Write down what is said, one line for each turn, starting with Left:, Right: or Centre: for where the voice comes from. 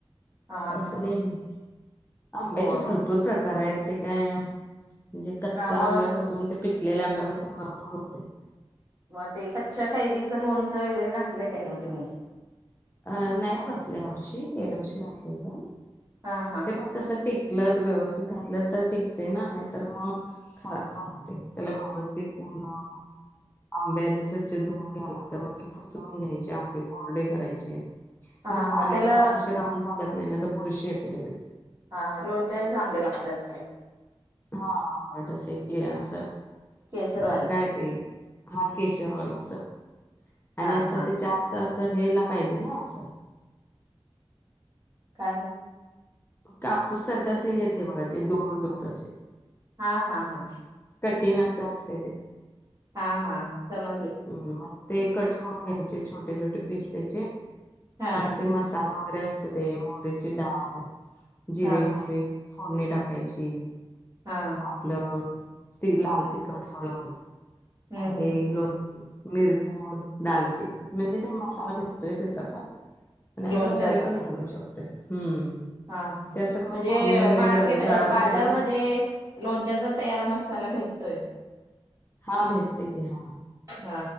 Right: हा
Left: असं
Right: हा
Left: काही नाही आंब्याचे
Right: होय
Left: भरपूर प्रकार आहेत ते काय म्हणजे कच्चा
Right: हा मग
Left: आंब्यापसून ते पिक लेला आंबा ह पर्वाते
Right: मग ते कच्च्या कैदीचं लोनचं वगैरे घातलं काय मग तुम्ही
Left: अ नाही घातलं या वर्षी गेल्या वर्षी घातलं होत
Right: हा हा
Left: ते पण कस टिकलं व्यवस्थित घात तर टिकते ना नाही तर मग खब पण होते त्याला व्यवस्थित पूर्ण आब्या स्वचछ घ्याय लाग म सन घ्याय ंब कोरडे करायचे ते
Right: हा
Left: कस पाण्याचा
Right: हा त्याला
Left: अंश राहून चालत नाही ना मुरशी येते लगेच
Right: हा हा लोणच्याचे आंबे लागतात काय
Left: हा आंबट असे क असं
Right: केसरवाले
Left: का काय ते हा केेशवला असं आणि
Right: हा
Left: असं
Right: हा
Left: त्याच्या आत असं घ्यायला पाहिजे ना असं
Right: काय
Left: कापूस सारखा अस हे येते बघा ते दोर दोर असे.
Right: हा हा हा
Left: कटीन असं असतंय ते
Right: हा हा समजले
Left: हं, मग ते कट करून घ्यायचे छोटे छोटे पिस त्याचे
Right: हा
Left: म ते मसाला बरे असत ते मोहरीची डाळ जिरे
Right: हा
Left: मोहरे
Right: हा
Left: फोडणी टाक ऐची
Right: हा
Left: <unintelligible> आपलं ती लाल तिखट हळद
Right: हम्म
Left: ते
Right: हम्म
Left: लोणचं मिरपोड दालचिन म्हणजे ते मसाला भेटतोय त्याचा पण आणि आपण
Right: लोणच्याचा
Left: घरी पण बनवू शकतो हम्म
Right: हा म्हणजे
Left: ते असं करून फोडणी वगैरे
Right: मार्केट
Left: ग- गार
Right: बाजारमध्ये
Left: करून
Right: लोणच्याचा तयार मसाला भेटत ते
Left: हा भेटते कि हा
Right: हा